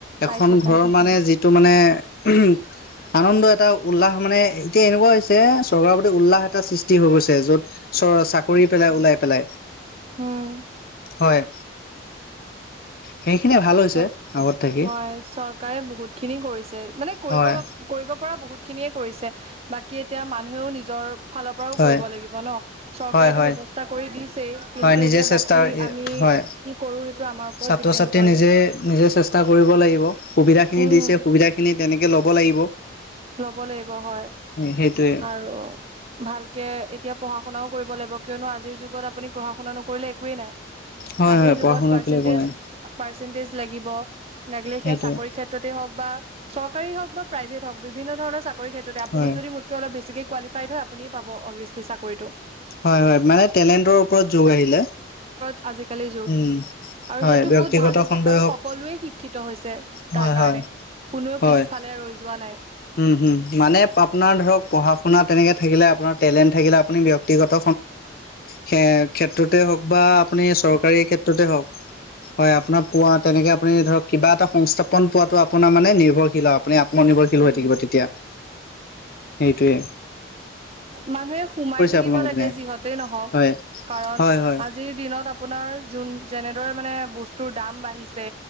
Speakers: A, on the right (about 30°); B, on the left (about 50°).
A: পাইছে
B: এখন
A: পাইছে
B: ঘৰৰ মানে যিটো মানে উম আনন্দ এটা উল্লাহ মানে এতিয়া এনেকুৱা চৰকাৰৰ প্ৰতি উল্লাহ এটা সৃষ্টি হৈ গৈছে য'ত চ চাকৰি পেলাই ওলাই পেলাই
A: উম
B: হয় সেইখিনি ভাল হৈছে
A: চ
B: আগত থাকি
A: হয় চৰকাৰে বহুত খিনি কৰিছে মানে কৰিব
B: হয়
A: লগ কৰিব পৰা বহুত খিনিয়ে কৰিছে বাকী এতিয়া মানুহেও নিজৰ ফালৰ পৰাও
B: হয়
A: কৰিব লাগিব ন চৰকাৰেটো
B: হয় হয়
A: ব্যৱস্থা কৰি দি কিন্তু
B: হয় নিজে
A: এতিয়া
B: চেষ্টা
A: বাকী আমি
B: হয়
A: কি কৰো সেইটো আমাৰ ওপৰত
B: ছাত্ৰ
A: ডিপেণ্ড
B: ছাত্ৰীয়ে
A: কৰে
B: নিজে নিজে চেষ্টা কৰিব লাগিব সুবিধাখিনি
A: উম
B: দিছে সুবিধাখিনি তেনেকে ল'ব লাগিব
A: লব লাগিব হয়
B: সেইটোয়ে
A: আৰু ভালকে এতিয়া পঢ়া শুনাও কৰিব লাগিব কিয়নো আজিৰ যুগত আপুনি পঢ়া শুনা নকৰিলে একোৱেই নাই
B: হয়
A: আজিৰ
B: হয়
A: যুগত
B: পঢ়া শুনা
A: পাৰ্চেন্টিজ
B: কৰিলে একো নাই
A: পাৰ্চেন্টিজ লাগিব, লাগিলে
B: সেইটোয়ে
A: সেয়া চাকৰি ক্ষেত্ৰতে হওক বা চৰকাৰী হওক বা প্ৰাইভেট বিভিন্ন ধৰণ চাকৰি ক্ষেত্ৰতে আপুনি
B: হয়
A: যদি মোক অলপ বেছিকে কোৱালিফাইড হয় আপুনি পাব অভিয়চলি চাকৰিটো।
B: হয় হয় মানে টেলেণ্টৰ ওপৰত যোগ আহিলে।
A: আজিকালিৰ যুগ
B: উম
A: আৰু
B: হয়
A: সেইটো
B: ব্যক্তিগত
A: বহুত ভাল হৈছে
B: খণ্ডই
A: কাৰণ
B: হওক
A: সকলোৱে শিক্ষিত হৈছে।
B: হয়
A: তাৰ কাৰণে
B: হয়
A: কোনেও
B: হয়
A: পিছফালে ৰৈ যোৱা নাই।
B: উম হম মানে আপোনাৰ ধৰক পঢ়া শুনা তেনেকে থাকিলে আপোনাৰ টেলেণ্ট থাকিলে আপুনি ব্যয়ক্তিগত,। সেই ক্ষেত্ৰতে হওক। বা আপুনি চৰকাৰী ক্ষেত্ৰতে হওক হয় আপোনাৰ। পোৱা তেনেকে আপুনি ধৰক কিবা এটা সংস্থাপন পোৱাটো আপোনাৰ মানে নিৰ্ভৰশীল আপুনি আত্মনিৰ্ভৰশীল,। খেল
A: উম
B: থাকিবা তেতিয়া সেইটোৱে।
A: মানুহে সোমাই থাকিব
B: আপোনালোকৰ
A: লাগে
B: পিনে
A: যিহতে নহওক।
B: হয়
A: কাৰণ
B: হয় হয়
A: আজিৰ দিনত আপোনাৰ যোন যেনেদৰে মানে। বস্তুৰ দাম বাঢ়িছে